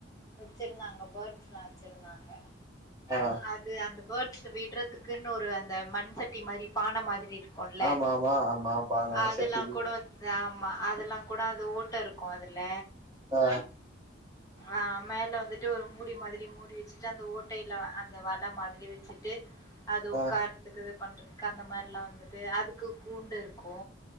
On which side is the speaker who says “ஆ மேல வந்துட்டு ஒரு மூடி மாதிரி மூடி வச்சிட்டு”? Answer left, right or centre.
Left